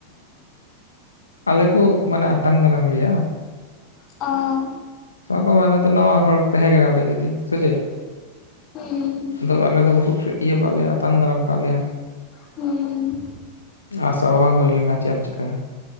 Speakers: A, on the left; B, on the left.
A: ᱟᱞᱮ ᱠᱚ ᱢᱟᱱᱮ ᱟᱛᱟᱝ ᱫᱟᱨᱟᱢ ᱞᱮᱭᱟ
B: ᱚᱻ
A: ᱥᱟ ᱠᱚ ᱢᱮ ᱛᱚ ᱱᱟᱣᱟ ᱦᱚᱲᱛᱮ ᱦ ᱱᱟᱞᱮ ᱡᱩᱫᱤ ᱥᱩᱡᱮ
B: ᱦᱩᱸ
A: ᱟᱫᱚ ᱟᱞᱮ ᱫᱚ ᱵᱟᱠᱚ ᱤᱭᱟᱹ ᱠᱫᱟᱜ ᱞᱮᱭᱟ ᱟᱛᱟᱝ ᱫᱟᱨᱟᱢ ᱟᱠᱟᱫ ᱞᱮᱭᱟ᱾
B: ᱦᱮᱸ
A: ᱟᱥ ᱦᱚᱸᱵᱷᱟᱝ ᱦᱩᱭ ᱱᱟᱪ ᱟᱢ ᱪᱮᱠᱟ